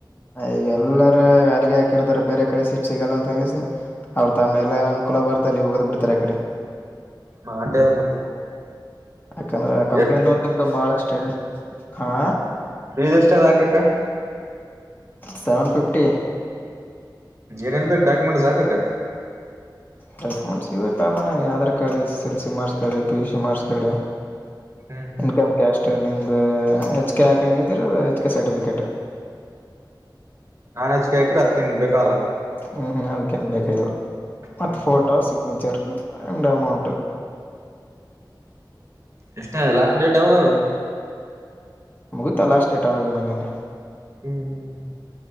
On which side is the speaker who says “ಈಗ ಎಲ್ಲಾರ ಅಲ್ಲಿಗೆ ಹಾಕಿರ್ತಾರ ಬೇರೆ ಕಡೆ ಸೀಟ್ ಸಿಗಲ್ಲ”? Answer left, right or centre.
Left